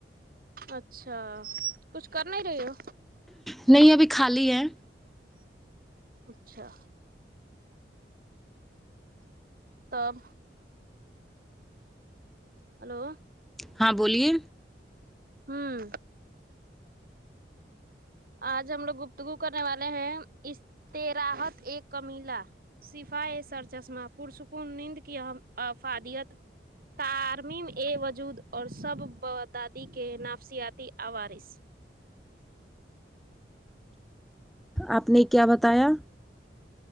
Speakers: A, on the right (about 55°); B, in the centre.
A: اچھا کچھ کر نہیں رہی ہو
B: نہیں ابھی خالی ہیں
A: اچھا تب ہیلو
B: ہاں بولیے
A: ہمم اج ہم لوگ گفتگو کرنے والے ہیں اس ت رحت ایک کمیلا سفائے سر چشمہ پرسکون نیند کی اہ افادیت ترمیم اے وجود اور سب ب دادی کے نافسیاتی اوارث
B: اپ نے کیا بتایا